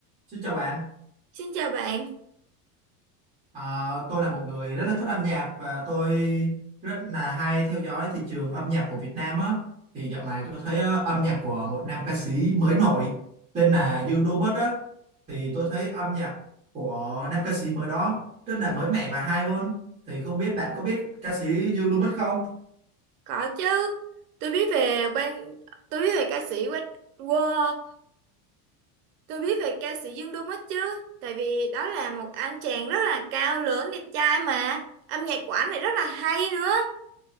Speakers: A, on the right; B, on the right.
A: Xin chào bạn,
B: Xin chào bạn,
A: à, tôi là một người rất là thích âm nhạc và tôi rất là hay theo dõi thị trường âm nhạc của Việt Nam á. Thì dạo này tôi thấy ờ, âm nhạc của một nam ca sĩ mới nổi tên là Dương Đô Bất á. Thì tôi thấy âm nhạc của nam ca sĩ mới đó rất là mới mẻ và hay luôn. Thì không biết bạn có biết ca sĩ Dương Đô Bất không?
B: có chứ. Tôi biết về quan, tôi biết về ca sĩ Quách Wow, tôi biết về ca sĩ Dương Đô Mít chứ. Tại vì đó là một anh chàng rất là cao lớn, đẹp trai mà. Âm nhạc của anh lại rất là hay nữa.